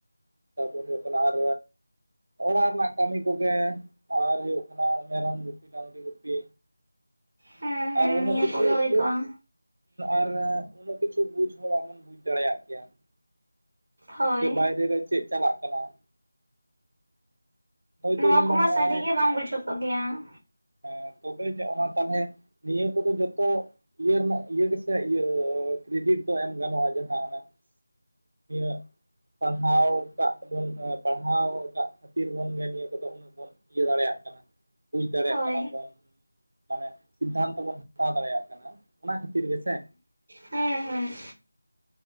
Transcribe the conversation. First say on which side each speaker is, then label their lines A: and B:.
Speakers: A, on the right (about 55°); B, on the right (about 35°).
A: ᱛᱟᱯᱚᱨᱮ ᱦᱩᱭᱩᱜ ᱠᱟᱱᱟ ᱟᱨ ᱚᱲᱟᱜ ᱨᱮᱱᱟᱜ ᱠᱟᱹᱢᱤ ᱠᱚᱜᱮ ᱟᱨ ᱦᱩᱭᱩᱜ ᱠᱟᱱᱟ ᱢᱮᱨᱚᱢ ᱜᱩᱯᱤ ᱰᱟᱝᱨᱤ ᱜᱩᱯᱤ
B: ᱦᱮᱸ ᱦᱮᱸ
A: ᱟᱨ ᱩᱱᱟᱹᱜ
B: ᱱᱤᱭᱟᱹ
A: ᱠᱤᱪᱷᱩ
B: ᱠᱚᱜᱮ ᱦᱳᱭ
A: ᱵᱩᱡᱽ
B: ᱠᱚᱜᱼᱟ
A: ᱟᱨ ᱩᱱᱟᱹᱜ ᱠᱤᱪᱷᱩ ᱵᱩᱡᱽ ᱦᱚᱸ ᱵᱟᱵᱚᱱ ᱵᱩᱡᱽ ᱫᱟᱲᱮᱭᱟᱜ ᱠᱮᱭᱟ ᱾
B: ᱦᱳᱭ
A: ᱡᱮ ᱵᱟᱭᱨᱮ ᱨᱮ ᱪᱮᱫ ᱪᱟᱞᱟᱜ ᱠᱟᱱᱟ ᱾ ᱦᱳᱭᱛᱳ
B: ᱱᱚᱣᱟ
A: ᱡᱮᱢᱚᱱ
B: ᱠᱚᱢᱟ
A: ᱱᱚᱜᱼᱚᱭ
B: ᱥᱟᱹᱨᱤ ᱜᱮ ᱵᱟᱝ ᱵᱩᱡᱷᱟᱹᱣ ᱠᱚᱜ ᱜᱮᱭᱟ ᱾
A: ᱦᱮᱸ ᱛᱚᱵᱮ ᱡᱮ ᱚᱱᱟ ᱛᱟᱦᱚᱞᱮ ᱱᱤᱭᱟᱹ ᱠᱚᱫᱚ ᱡᱚᱛᱚ ᱤᱭᱟᱹ ᱨᱮᱱᱟᱜ ᱤᱭᱟᱹ ᱜᱮ ᱥᱮ ᱤᱭᱟᱹ ᱠᱨᱮᱰᱤᱴ ᱫᱚ ᱮᱢ ᱜᱟᱱᱚᱜᱼᱟ, ᱡᱟᱦᱟᱸ ᱚᱱᱟ ᱤᱭᱟᱹ ᱯᱟᱲᱦᱟᱣ ᱠᱟᱜ ᱵᱚᱱ, ᱯᱟᱲᱦᱟᱣ ᱠᱟᱜ ᱠᱷᱟᱹᱛᱤᱨ ᱵᱚᱱ ᱜᱮ ᱱᱤᱭᱟᱹ ᱠᱚᱫᱚ᱾ ᱵᱟᱵᱚᱱ ᱤᱭᱟᱹ ᱫᱟᱲᱮᱭᱟᱜ ᱠᱟᱱᱟ ᱾ ᱵᱩᱡ ᱫᱟᱲᱮᱭᱟᱜ
B: ᱦᱳᱭ
A: ᱠᱟᱱᱟ ᱵᱚᱱ, ᱢᱟᱱᱮ ᱥᱤᱫᱷᱟᱱᱛᱚ ᱵᱚᱱ ᱦᱟᱛᱟᱣ ᱫᱟᱲᱮᱭᱟᱜ ᱠᱟᱱᱟ ᱾ ᱚᱱᱟ ᱠᱷᱟᱹᱛᱤᱨ ᱜᱮ ᱥᱮ?
B: ᱦᱮᱸ, ᱦᱮᱸ᱾